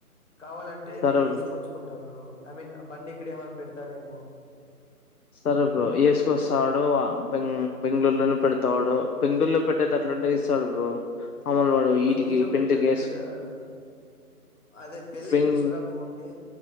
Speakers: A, on the left (about 50°); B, on the left (about 70°).
A: కావాలంటే
B: సరే
A: నేను
B: బ్రో
A: ఏస్కొచ్చుకుంట బ్రో ఐ మీన్ బండి ఇక్కడే ఏమైన పెడతాడేమో
B: సరే బ్రో ఏస్కోస్సాడో ఆ బె బెంగళూరులోనే పెడతాడు బెంగళూరులో పెట్టేతట్లు అంటే ఇస్తాడు బ్రో మామూలు వాడు వీటికి
A: బెంగళూరులో
B: పెండ్లికి
A: పెట్టెతట్లుంటే
B: ఏసు
A: ఆడు అదే పెళ్లి
B: బెంగ్
A: కేస్కోరాకోకుంటే